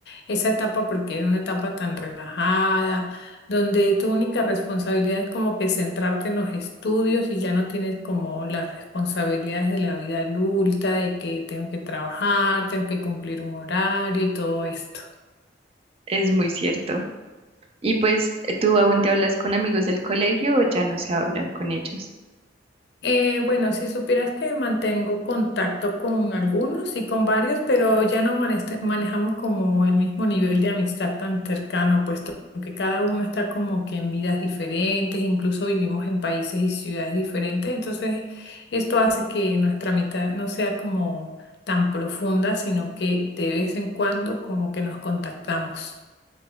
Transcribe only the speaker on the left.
esa etapa porque era una etapa tan relajada donde tu única responsabilidad es como que centrarte en los estudios y ya no tienes como las responsabilidades de la vida adulta, de que tengo que trabajar, tengo que cumplir un horario y todo esto.
Eh, bueno, si supieras que mantengo contacto con algunos y con varios, pero ya no maneste- manejamos como el mismo nivel de amistad tan cercano, puesto que cada uno está como que en vidas diferentes, incluso vivimos en países y ciudades diferentes, entonces esto hace que nuestra amistad no sea como tan profunda, sino que de vez en cuando como que nos contactamos.